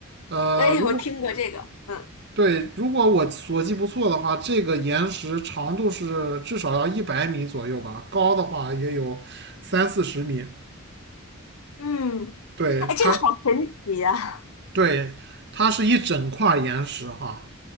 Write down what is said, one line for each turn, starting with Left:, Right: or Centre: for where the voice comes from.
Right: 呃，
Left: 哎，
Right: 如果
Left: 我听过这个，嗯
Right: 对，如果我所记不错的话，这个岩石长度是至少要一百米左右吧，高的话也有三四十米。
Left: 嗯，
Right: 对，
Left: 哎，这个好神奇呀、
Right: 它，
Left: <laughs>
Right: 对，它是一整块岩石哈。